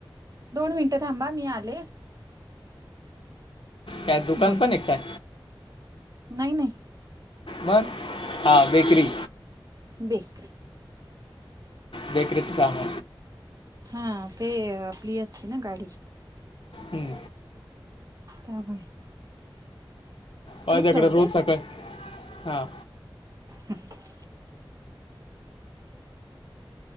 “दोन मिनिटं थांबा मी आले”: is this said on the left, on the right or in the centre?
Right